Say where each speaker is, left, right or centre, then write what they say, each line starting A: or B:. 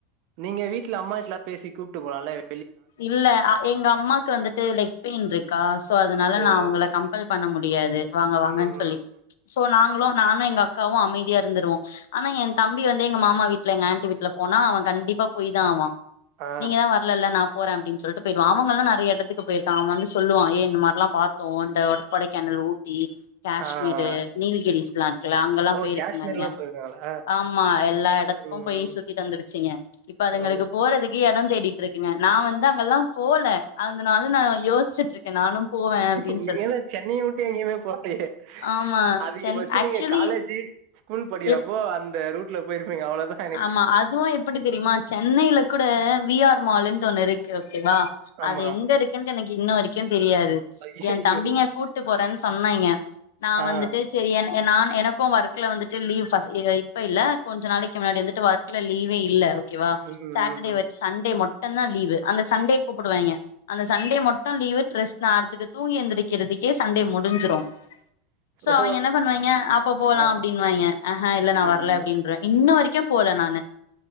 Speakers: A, on the right; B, on the left.
A: நீங்க வீட்ல அம்மாகிட்ட பேசி கூப்ட்டு போலா இல்ல
B: இல்ல எங்க அம்மாக்கு வந்துட்டு லெக் பெயின் இருக்கா சோ அதனால
A: ஓ
B: நா அவுங்கள
A: ஓகே
B: கம்பல்
A: ஓகே.
B: பண்ண முடியாது வாங்க வாங்கன்னு
A: ம் ம்
B: சொல்லி
A: ம்
B: சோ நாங்களும் நானும் எங்க அக்காவும் அமைதியா இருந்துருவோ ஆனா என் தம்பி வந்து எங்க மாமா வீட்ல எங்க ஆன்ட்டி வீட்ல போனா அவன் கண்டிப்பா போய்தான் ஆவான்
A: ஆ
B: நீங்க தா வரலல்ல நா போறே அப்படின் சொல்லிட்டு போயிடுவ அவங்கல்லா நெறைய இடத்துக்கு போயிருக்கான் அவன் வந்து சொல்லுவான் ஏ இந்த மாரிலா பாத்தோம் அந்த ஒரு கொடைக்கானல் ஊட் டி காஷ்மீரு
A: ஆ ஆ ஆ
B: நீல்கிரிஸ் லா இருக்குல்ல அங்கெல்லா
A: ஓ
B: போயிருக்குங்க
A: காஷ்மீர்லா
B: அதுங்க
A: போயிருக்காங்களா
B: ஆமா எல்லா இடத்துக்கும்
A: ம்
B: போய்
A: ம்
B: சுத்திட்டு வாந்துருச்சீங்க இப்ப அதுங்களுக்கு
A: ஓ
B: போறது க்கு எடம் தேடிட்டு இருக்குங்க நா வந்து அங்கெல்லாம் போல அதனால நா யோசிச்சிட்டு இருக்கேன் நானும் போவேன் அப்டின்
A: நீங்க தா சென்னைய விட்டு எங்கையுமே போலையே
B: ஆமா
A: அதிக
B: சென்
A: பச்சம்
B: ஆக்சுவலி
A: நீங்க காலேஜ்ஜி ஸ்கூல் படிக்கிறப்போ
B: எப்
A: அந்த ரூட்ல போயிருப்பீங்க அவ்வளோ தா
B: ஆமா அதுவும் எப்படி தெரியுமா சென்னையில கூட விஆர் மால்னு ஒண்ணு இருக் கு ஒகே வா
A: ஆமா
B: அது எங்க இருக்குன்னு எனக்கு இன்ன வரைக்கும் தெரியாது
A: ஐயய்யோ
B: என் தம்பிங்க கூட் டு போறேன்னு சொன்னேங்க நா
A: ஆ ஆ
B: வந்துட்டு சரி என எ நான் எனக்கும் ஒர்க்ல வந்துட்டு லீவ் ஃபர்ஸ் இப்ப இல்ல கொஞ்ச நாளைக் கு முன்னாடி வந்துட்டு ஒர்க்ல லீவே இல்ல ஓகேவா
A: ம்
B: சாட்டர்டே
A: ம் ம்
B: வர்க் சண்டே மட் டும் தா லீவு அந்த சண்டே கூப்புடுவாய்ங்க அந்த சண்டே மட்டும் லீவு ட்ரெஸ் நார்த்துக்கு தூங்கி எந்திறிகறதுக்கே சண்டே முடிஞ்சு டும் சோ
A: ஓ
B: அவிங்க என்ன பண்ணுவாங்க அப்ப போலா
A: ஆ
B: அப்டின்னுவாய்ங்க அஹா இல்ல நான்
A: ம்
B: வர்ல
A: ம்
B: அப்டின்றுவே இன்ன வரைக்கும் போல நானு